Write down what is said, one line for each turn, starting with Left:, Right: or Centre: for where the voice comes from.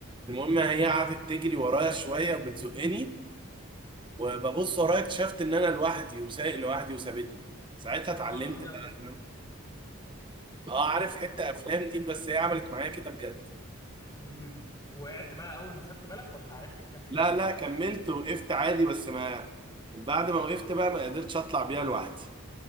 Right: المهم هي قعدت تجري ورايا شويه وبتزقني وببص ورايا اكتشفت ان انا لوحدي وسايق لوحدي وسابتني ساعتها
Left: يا
Right: اتعلمت
Left: نهار ابيض
Right: بقى اه عارف حتة افلام دي بس هي عملت معايا كده بجد
Left: امم وقعت بقى اول ما خدت بالك ولا عرفت تكمل
Right: لا لا كملت وقفت عادي بس ما بعد ما وقفت بقى ما قدرتش اطلع بيها لوحدي